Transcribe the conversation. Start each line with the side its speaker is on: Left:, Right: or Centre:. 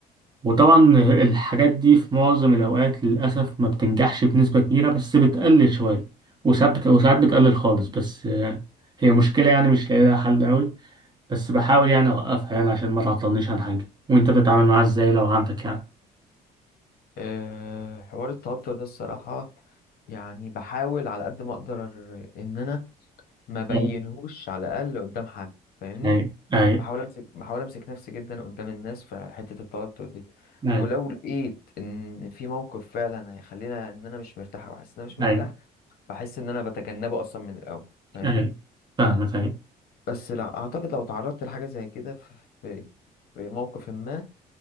Right: وطبعا الحاجات دي في معظم الأوقات للأسف ما بتنجحش بنسبة كبيرة بس بتقلل شوية وساعات بت... وساعات بتقلل خالص بس آه، هي مشكلة يعني مش لاقي لها حل أوي بس بحاول يعني أوقفها يعني عشان ما تعطلنيش عن حاجة وأنت بتتعامل معاها إزاي لو عندك يعني
Left: آه، حوار التوتر ده الصراحة يعني بحاول على قد ما اقدر ان انا ما بينهوش
Right: آه.
Left: على الاقل قدام حد فاهمني
Right: أي أي
Left: بحاول امسك بحاول امسك نفسي جدا قدام الناس في حته التوتر دي
Right: أي
Left: ولو لقيت ان في موقف فعلا هيخلينا ان انا مش مرتاح او حاسس ان انا مش مرتاح
Right: أي
Left: بحس ان انا بتجنبه اصلا من الاول فاهمني
Right: أي فاهمك أي
Left: بس لا اعتقد لو تعرضت لحاجه زي كده في في في موقف ما